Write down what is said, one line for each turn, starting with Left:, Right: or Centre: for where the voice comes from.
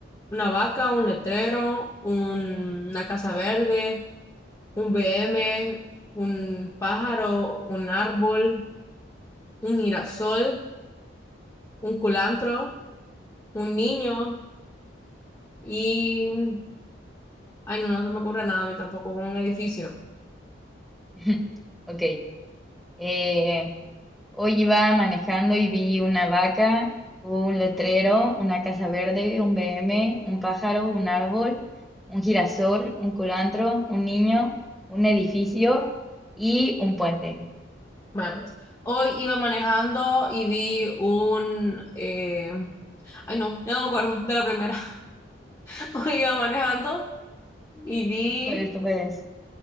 Left: una vaca, un letrero, un- una casa verde, un BM, un pájaro, un árbol, un girasol, un culantro, un niño y... Ay, no, no se me ocurre nada a mí tampoco, un edificio.
Centre: <laughs> ok, eh, hoy iba manejando y vi una vaca, un letrero, una casa verde, un BM, un pájaro, un árbol, un girasol, un culantro, un niño, un edificio y un puente.
Left: Bueno, pues, hoy iba manejando y vi un... eh, Ay, no, ya no me acuerdo de la primera. <laughs> iba manejando y vi
Centre: Tú puedes, tú puedes.